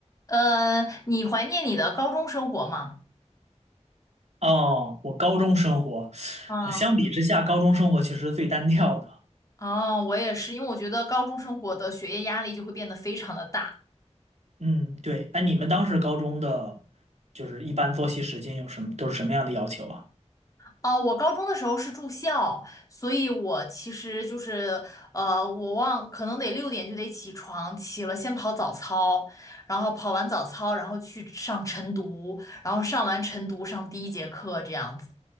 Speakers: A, on the left; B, on the right.
A: 呃，你怀念你的高中生活吗？
B: 哦，我高中生活，
A: 嗯，
B: 呃相比之下，高中生活其实最单调的。
A: 哦，我也是，因为我觉得高中生活的学业压力就会变得非常的大。
B: 嗯，对。哎，你们当时高中的，就是一般作息时间有什么，都是什么样的要求啊？
A: 哦，我高中的时候是住校，所以我其实就是，呃，我忘，可能得六点就得起床，起了先跑早操，然后跑完早操，然后去上晨读，然后上完晨读上第一节课这样子。